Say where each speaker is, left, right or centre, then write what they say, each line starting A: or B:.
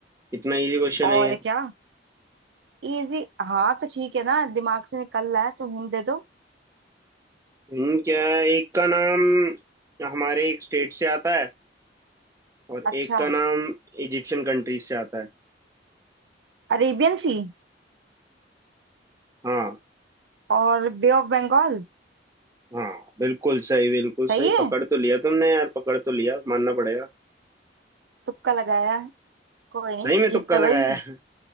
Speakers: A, on the right; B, on the right.
A: इतना इजी क्वेश्चन
B: और
A: है ये
B: क्या इजी हाँ तो ठीक है ना दिमाग से निकल रहा है तो हिंट दे दो
A: हिंट क्या है एक का नाम हमारे एक स्टेट से आता है और
B: अच्छा
A: एक का नाम इजिप्शियन कंट्री से आता है
B: अरेबियन सी
A: हाँ
B: और बे ऑफ बंगाल
A: हाँ बिल्कुल सही बिल्कुल सही
B: सही है
A: पकड़ तो लिया तुमने यार पकड़ तो लिया मानना पड़ेगा
B: तुक्का लगाया कोई नहीं
A: सही में
B: जीत
A: तुक्का
B: तो
A: लगाया
B: गई
A: है